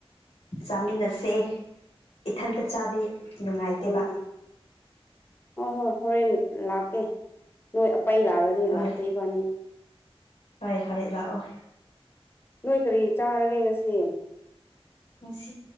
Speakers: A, on the left; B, on the left.
A: ꯆꯥꯃꯤꯟꯅꯁꯦ ꯏꯊꯟꯇ ꯆꯥꯕꯤ ꯉꯥꯏꯇꯦꯕ
B: ꯆꯥꯃꯤꯟꯅ ꯍꯣꯏ ꯍꯣꯏ ꯍꯣꯔꯦꯟ ꯂꯥꯛꯀꯦ ꯅꯣꯏ ꯑꯄꯩ ꯂꯥꯛꯑꯒꯗꯤ
A: ꯍꯣꯏ
B: ꯂꯥꯛꯀ ꯏꯕꯥꯅꯤ
A: ꯍꯣꯏ ꯍꯣꯏ ꯂꯥꯛꯑꯣ
B: ꯅꯣꯏ ꯀꯔꯤ ꯆꯥꯔꯒꯦ ꯉꯁꯤ
A: ꯉꯁꯤ